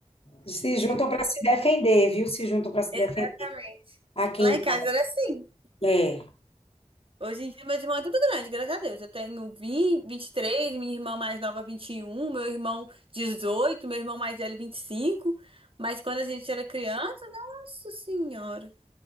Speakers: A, on the left (about 50°); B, on the right (about 45°).
A: Se juntam
B: ficam...
A: para
B: com-
A: se defender, viu? Se juntam para se
B: Exatamente.
A: defender aqui
B: Lá
A: em
B: em
A: casa.
B: casa era assim.
A: É.
B: Hoje em dia, meu irmão é tudo grande, graças a Deus. Eu tenho vinte, vinte e três. minha irmã mais nova, 21. meu irmão, 18. meu irmão mais velho, 25. Mas quando a gente era criança, nossa senhora.